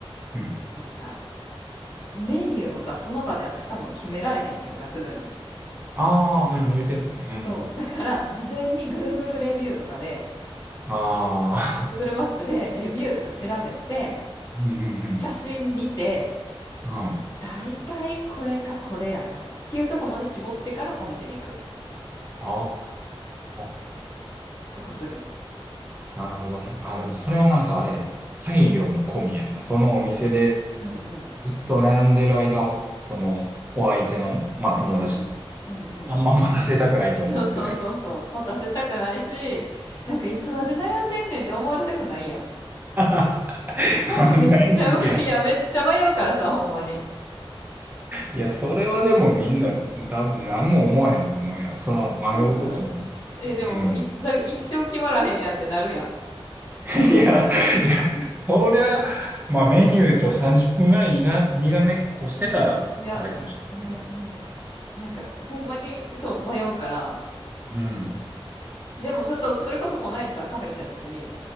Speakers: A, on the right; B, on the left.
A: うん。
B: なんか、メニューをさ、その場で私多分決められへんねやんか、すぐに。
A: ああ、うん。言ってたね。う
B: そう。だから、事前に Google レビューとかで、
A: ん。ああ。
B: Google マップでレビューとか調べて、
A: <laughs> うん。うん。
B: 写真見て、
A: うん。うん
B: だいたいこれかこれやな。っていうとこまで絞ってからお店に行く。
A: ああ。
B: とかする。
A: なるほどね。ああ、
B: うん。
A: でもそれはなんかあれやんな。配慮も込みやんな。そのお店で
B: うんうん。
A: ずっと悩んでる間を、その、お相手の、まあ友達と、
B: うんうん。うんうん。
A: あんま待たせたくないと思ってる。
B: そうそうそうそう。待たせたくないし、なんかいつまで悩んでんねんって思われたくないやん。
A: <laughs> 考えすぎや。
B: ほんまめっちゃ迷いや、めっちゃ迷うからさ、ほんまに。
A: いや、それはでもみんな、多分何も思わへんと思うやその迷うことも。
B: そうかな。え、
A: ねうん。
B: でも、い、だ一生決まらへんやんってなるやん。
A: <laughs> いや、いや、そりゃ、まあメニューと30分ぐらいにな、にらめっこしてたら、
B: いや、
A: あれかもしれないけど。
B: えーもう、なんか、ほんまに、そう、迷うから。
A: うん。
B: でも、だそうそれこそこの間さ、カフェ行った時に、